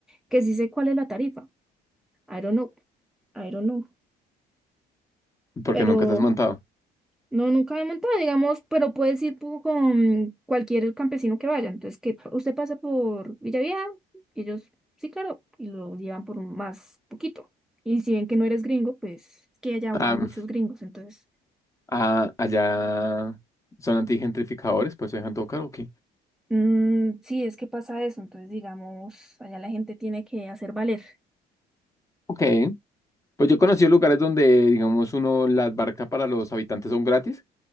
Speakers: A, in the centre; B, on the left (about 20°).
A: Que sí sé cuál es la tarifa. I don't know, I don't know,
B: Porque
A: pero...
B: nunca te has montado.
A: No, nunca me he montado, digamos, pero puedes ir pu- con cualquier campesino que vaya. Entonces, que pa- usted pasa por Villavieja, y ellos, sí, claro, y lo llevan por un más poquito. Y si ven que no eres gringo, pues es que allá
B: Ah,
A: van muchos gringos. Entonces,
B: ah, allá son antigentrificadores, pues se dejan todo caro, ok.
A: mm, sí, es que pasa eso. Entonces, digamos, allá la gente tiene que hacer valer.
B: Ok. Pues yo conocí lugares donde, digamos, uno, las barcas para los habitantes son gratis.